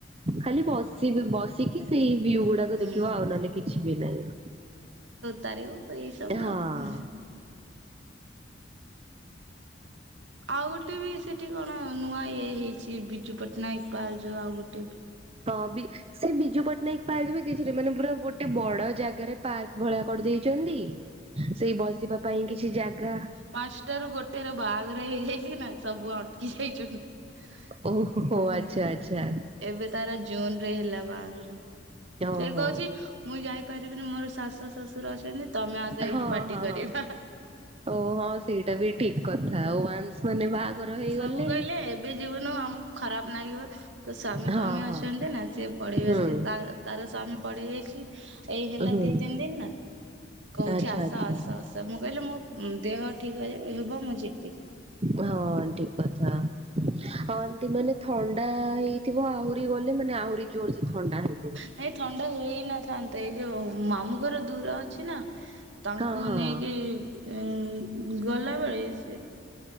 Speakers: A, on the right (about 35°); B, on the right (about 80°).
A: ଖାଲି ବସିବି ବସ ଟିକିଏ ସେଇ ଭିୟୁଗୁଡାକୁ
B: ହୁଁ
A: ଦେଖିବ ଆଉ ନହେଲେ କିଛି ବି ନାହିଁ।
B: ତାରିବ ଏଇ ସବୁ
A: ହଁ
B: ଆଉ ଉହୁଁ। ଆଉ ଗୋଟେ ବି ସେଠି କଣ ନୂଆ ଇଏ ହେଇଛି, ବିଜୁ ପଟ୍ଟନାୟକ ପାର୍କ ଯୋଉ ଆଉ ଗୋଟେ ବି
A: ହଁ ବି ସେ ବି ବିଜୁ ପଟ୍ଟନାୟକ ପାର୍କ ବି କିଛି ନା ମାନେ ପୁରା ଗୋଟେ ବଡ ଜାଗାରେ ପାର୍କ ଭଳିଆ କରି ଦେଇେଇଛନ୍ତି, ସେଇ ବସିବା ପାଇଁ କିଛି ଜାଗା
B: ପାଞ୍ଚଟାରୁ ଗୋଟେ ର ବାହାଘର ହେଇଯାଇଛି ନା ସବୁ ଅ <unintelligible>
A: ଓହୋ ଆଚ୍ଛା ଆଚ୍ଛା
B: ଏବେ ତାର ଜୁନ ରେ ହେଲା ବାହାଘର ସେ
A: ଓହୋ।
B: କହୁଛି ମୁଁ ଯାଇପାରିବିନି ମୋର ଶାଶୁ ଶଶୁର ଅଛନ୍ତି ତମେ ଆସ ଏଇଠି
A: ହଁ
B: ପାର୍ଟି
A: ହଁ
B: କରିବା।
A: ହଁ। ଓ ହଁ ସେଇଟା ବି ଠିକ୍ କଥା। <inaudible> ମାନେ ବାହାଘର ହେଇଗଲେ
B: ସବୁ କହିଲେ ଏବେ ଯିବୁନୁ ଆମକୁ ଖରାପ ଲାଗିବ। ତା ସ୍ବାମୀ
A: ହଁ
B: ଫମି ଅଛନ୍ତି
A: ହଁ।
B: ନା ସିଏ ପେଇବା
A: ହୁଁ
B: ତାର ସ୍ଵାମୀ ପଡେଇ ଯାଇଛି। ଏଇ ହେଲା
A: ହୁଁ
B: ଦି ତିନି ଦିନ ନା? କହୁଛି
A: ଆଚ୍ଛା
B: ଆସ
A: ଆଚ୍ଛା
B: ଆସ ଆସ ମୁଁ କହିଲି ମୋ ଦେହ ଠିକ୍ ହେବ ମୁଁ ଯିବି।
A: ହଁ ଠିକ୍ କଥା। ହଁ ଏମିତି ମାନେ ଥଣ୍ଡା ହେଇଥିବ ଆହୁରି ଗଲେ ମାନେ ଆହୁରି ଜୋର ସେ ଥଣ୍ଡା ହେଇଥିବ।
B: ନାଇ ଥଣ୍ଡା ହେଇ ନଥାନ୍ତେ ଏଇ ଯୋଉ ମାମୁଁ ମାମୁଁ ଘର ଦୂର ଅଛି ନା ତାଙ୍କୁ
A: ହଁ ହଁ
B: ନେଇକି ଏ ଗଲା ବେଳେ ସେ